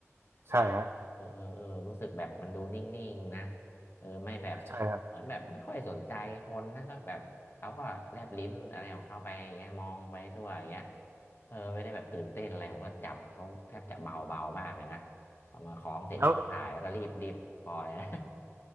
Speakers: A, on the right; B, on the left.
A: ใช่ฮะ
B: เออเออเออเออรู้สึกแบบมันดูนิ่งๆนะเออไม่แบบเหมือนแบบไม่ค่อยสนใจคนนะก็แบบเขาก็แลบลิ้นอะไรของเขาไปอย่างเงี้ยมองไปทั่วอย่างเงี้ย
A: ใช่ครับ
B: เออไม่ได้แบบตื่นเต้นอะไรผมก็จับเขาแทบจะเบาเบามากเลยนะเอามาคล้องเสร็จแล้วก็ถ่ายแล้วก็รีบรีบพอเลยนะ
A: แล้ว